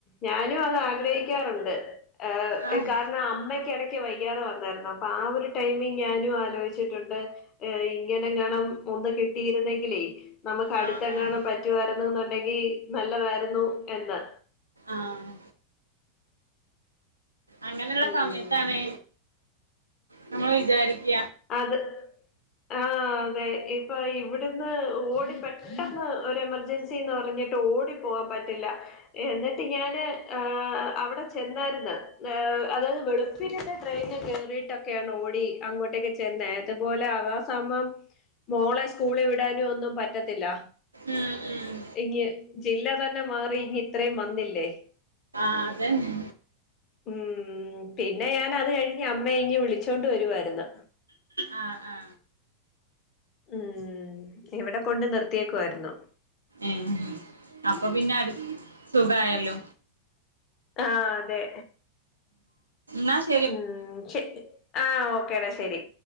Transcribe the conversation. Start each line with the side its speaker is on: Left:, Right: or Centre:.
Left: ഞാനും അത് ആഗ്രഹിക്കാറുണ്ട്. ഏഹ്
Right: ആഹ്
Left: എ കാരണം അമ്മയ്ക്കടക്ക് വൈയ്യാതെ വന്നാരുന്നു അപ്പൊ ആ ഒരു ടൈമി ഞാനും ആലോയ്ച്ചിട്ടുണ്ട്. ഏ ഇങ്ങനെങ്ങണം ഒന്ന് കിട്ടിയിരുന്നെങ്കിലേയ് നമുക്ക് അടുത്തെങ്ങാണം
Right: ആഹ് ആഹ്
Left: പറ്റുവാരുന്നു ന്നുണ്ടെങ്കി നല്ലതാരുന്നു എന്ന്
Right: ആഹ് അങ്ങനെള്ള
Left: ഉം
Right: സമയത്താണ് നമ്മള് വിചാരിക്ക
Left: അത് ആഹ് അതെ ഇപ്പൊ ഇവിടുന്ന് ഓടി പെട്ടെന്ന് ഒരു എമർജൻസീന്ന് പറഞ്ഞിട്ട് ഓടി പോവാൻ പറ്റില്ല എന്നിട്ട് ഞാന് ആ അവടെ ചെന്നാരുന്ന്, ഏ അതായത് വെളുപ്പിന് ട്ടെ ട്രെയിൻ കേറിയിട്ടൊക്കെയാണ് ഓടി അങ്ങോട്ടേക്കെ ചെന്നേ അതുപോലെ ആവാസമം മോളെ സ്കൂളീ വിടാനൊന്നും പറ്റത്തില്ല
Right: ഉം ഉം
Left: ഇങ്ങ് ജില്ല തന്നെ മാറി ഇങ്ങ് ഇത്രയും വന്നില്ലേ
Right: അതെന്നെ
Left: ഉം പിന്നെ ഞാൻ അത് കഴിഞ്ഞ് അമ്മയെ ഇങ്ങ് വിളിച്ചോണ്ട് വരുവാരുന്ന്
Right: ആ ആ
Left: ഉം ഇവിടെ കൊണ്ട് നിർത്തിയേക്കുവായിരുന്നു
Right: ഏഹ് അപ്പൊ പിന്നെ <unintelligible> സുഖായല്ലോ
Left: ആ അതെ
Right: ന്നാ
Left: ഉം ച്ചെ ആ ഓക്കേടാ ശെരി